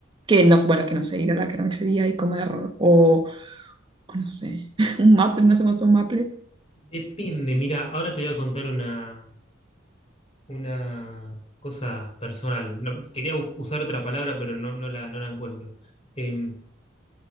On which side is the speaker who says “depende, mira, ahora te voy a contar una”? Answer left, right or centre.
Left